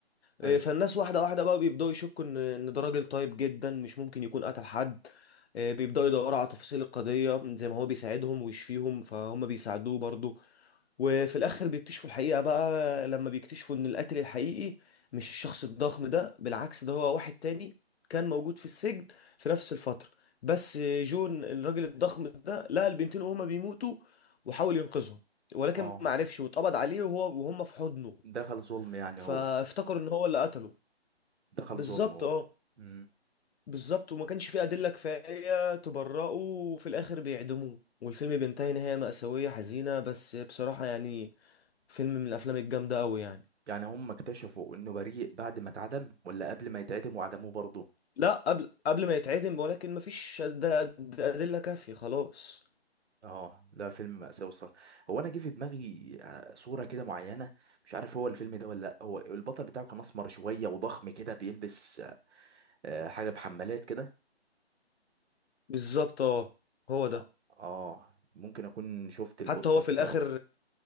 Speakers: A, on the right; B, on the left.
A: ايوه
B: إيه، فالناس واحدة واحدة بقى بيبدأوا يشكوا إن إن ده راجل طيب جدا مش ممكن يكون قتل حد إيه، بيبدأوا يدوروا على تفاصيل القضية زي ما هو بيساعدهم ويشفيهم فهم بيساعدوه برضه وفي الآخر بيكتشفوا الحقيقة بقى لما بيكتشفوا إن القاتل الحقيقي مش الشخص الضخم ده بالعكس ده هو واحد تاني كان موجود في السجن في نفس الفترة بس جون الراجل الضخم ده لقى البنتين وهما بيموتوا وحاول ينقذهم ولكن
A: اه
B: ما عرفش واتقبض عليه وهو وهم في حضنه
A: دخل ظلم يعني
B: فافتكروا
A: هو
B: ان هو اللي قتله
A: دخل
B: بالظبط
A: ظلم هو
B: اه
A: امم
B: بالظبط وما كانش فيه أدلة كفاية تبرئه وفي الآخر بيعدموه والفيلم بينتهي نهاية مأساوية حزينة بس بصراحة يعني فيلم من الأفلام الجامدة أوي يعني
A: يعني هم اكتشفوا انه بريء بعد ما اتعدم ولا قبل ما يتعدم وعدموه برضه
B: لا قبل قبل ما يتعدم ولكن مفيش أد- أد- أدلة كافية خلاص
A: اه ده فيلم مأساوي الصراحة هو انا جه في دماغي آه، صورة كده معينة مش عارف هو الفيلم ده ولا لا هو البطل بتاعه كان اسمر شوية وضخم كده بيلبس آه، آه، حاجة بحمالات كده
B: بالظبط اه هو ده
A: اه آه، ممكن اكون شفت البوستر
B: حتى هو في
A: بتاعه
B: الآخر